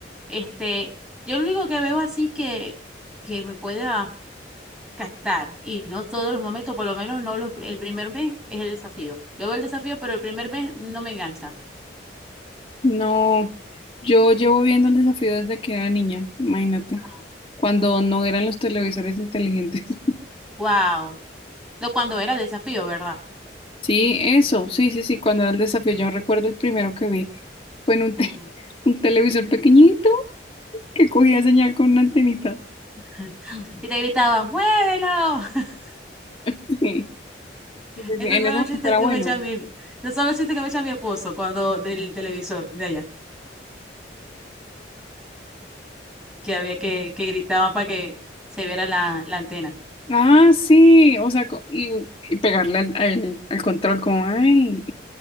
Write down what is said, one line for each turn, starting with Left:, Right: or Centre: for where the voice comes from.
Centre: Este, yo lo único que veo así es que, que me pueda captar y no todos los momentos, por lo menos no los, el primer mes es el desafío. Yo veo el desafío, pero el primer mes no me engancha.
Left: No, yo llevo viendo el desafío desde que era niña, imagínate,
Centre: Ajá.
Left: cuando no eran los televisores inteligentes.
Centre: Wow. Lo cuando era desafío, ¿verdad?
Left: Sí, eso, sí, sí, sí, cuando era el desafío, yo recuerdo el primero que vi fue en un,
Centre: Ujú.
Left: te- <laughs> un televisor pequeñito que cogía señal con una antenita.
Centre: <laughs> Y te gritaban, ¡muévelo! <laughs>
Left: Sí, sí,
Centre: Esos
Left: sí, en
Centre: son
Left: ese
Centre: los
Left: momento
Centre: chistes
Left: era
Centre: que
Left: bueno.
Centre: me echa mi, no son los chistes que me echa mi esposo cuando del televisor de allá, que había que, que gritaban para que se viera la, la antena.
Left: Ah, sí, o sea, co- y, un- y pegarle al, al- al control como, ay,